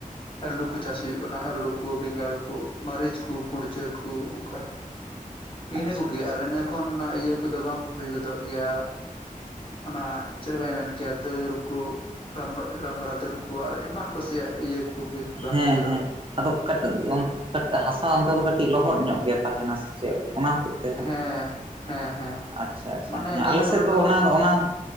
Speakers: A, on the left; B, on the right.
A: ᱟᱹᱞᱩ ᱠᱚ ᱪᱟᱥ ᱦᱩᱭᱩᱜ ᱠᱟᱱᱟ, ᱟᱹᱞᱩ ᱠᱚ ᱵᱮᱸᱜᱟᱲ ᱠᱚ ᱢᱟᱹᱨᱤᱪ ᱠᱚ ᱠᱩᱲᱪᱟᱹ ᱠᱚ ᱚᱝᱠᱟ᱾
B: <inaudible>
A: ᱤᱱᱟᱹ ᱠᱚᱜᱮ
B: ᱟᱪᱪᱷᱟ
A: ᱟᱨ ᱤᱱᱟᱹ ᱠᱷᱚᱱ ᱤᱭᱟᱹ ᱠᱚᱫᱚ ᱵᱟᱝ ᱦᱩᱭ ᱜᱚᱫᱚᱜ ᱜᱮᱭᱟ᱾ ᱚᱱᱟ ᱪᱮᱫ ᱞᱮᱠᱟᱧ ᱢᱮᱱ ᱠᱮᱭᱟ ᱫᱟᱹᱞ ᱠᱩ᱾ ᱨᱟᱢ ᱨᱟᱢᱲᱟ ᱫᱟᱹᱞ ᱠᱚ ᱟᱨ ᱮᱢᱟᱱ ᱠᱚᱥᱤᱭᱟᱜ ᱤᱭᱟᱹ ᱠᱚᱜᱮ
B: ᱦᱮᱸ
A: ᱵᱟᱝ ᱦᱩᱭ ᱜᱚᱫᱚᱜᱼᱟ
B: ᱦᱮᱸ ᱟᱫᱚ ᱚᱠᱟᱴᱟᱜ
A: ᱦᱮᱸ
B: ᱮᱢ ᱠᱟᱴ ᱦᱟᱥᱟ ᱚᱱᱛᱮ ᱫᱚ ᱠᱟᱹᱴᱤᱡ ᱞᱚᱦᱚᱫ ᱧᱚᱜ ᱜᱮ ᱛᱟᱦᱮᱱᱟ ᱥᱮ ᱪᱮᱫ? ᱚᱱᱟ ᱦᱚᱛᱮᱡ ᱛᱮ ᱵᱟᱝ
A: ᱦᱮᱸ, ᱦᱮᱸ ᱦᱮᱸ᱾
B: ᱟᱪᱪᱷᱟ ᱟᱪᱪᱷᱟ,
A: ᱢᱟᱱᱮ
B: ᱦᱮᱸ
A: ᱱᱤᱭᱟᱹ
B: ᱟᱞᱮ
A: ᱠᱚᱨᱮ
B: ᱥᱮᱫ ᱫᱚ ᱚᱱᱟ ᱚᱱᱟ